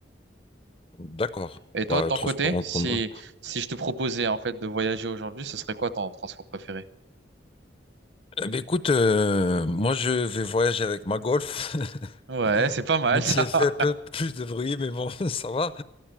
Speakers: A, on the left; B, on the right.
A: D'accord.
B: Et toi,
A: Bah,
B: de ton
A: transport
B: côté,
A: en
B: si,
A: commun.
B: si je te proposais en fait de voyager aujourd'hui, ce serait quoi ton transport préféré?
A: Eh ben, écoute, euh, moi je vais voyager avec ma Golf. <laughs>
B: Ouais, c'est pas mal
A: Même
B: ça.
A: si elle fait
B: <laughs>
A: un peu plus de bruit, mais bon, <laughs> ça va.